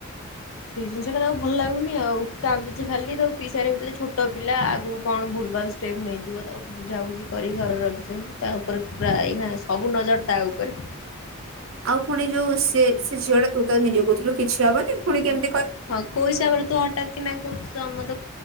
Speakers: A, on the left; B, on the right.
A: ସେଇ ଜିନିଷଟା ତାକୁ ଭଲ ଲାଗୁନି ଆଉ କାନ୍ଦୁଛି ଖାଲି ତାକୁ ପିଇସା ଘରିକା କହୁଥିଲେ ଛୋଟ ପିଲା ଆଗକୁ କଣ ଭୁଲଭାଲ ଷ୍ଟେପ ନେଇଯିବ ତାକୁ ବୁଝା ବୁଝି କରି ଘରେ ରଖିଛନ୍ତି ତା ଉପରେ ପୁରା ଏଇନା ସବୁ ନଜର ତା ଉପରେ
B: ଆଉ ପୁଣି ଯୋଉ ସେ ସେ ଝିଅ ତୁତ ନିଜେ କହୁଥିଲୁ କିଛି ହବନି ଫୁଣି କେମି
A: ହଁ ପଇସା ବେଳେ ତୁ ହଟାତ୍ କି ନା ଖୁସାମତ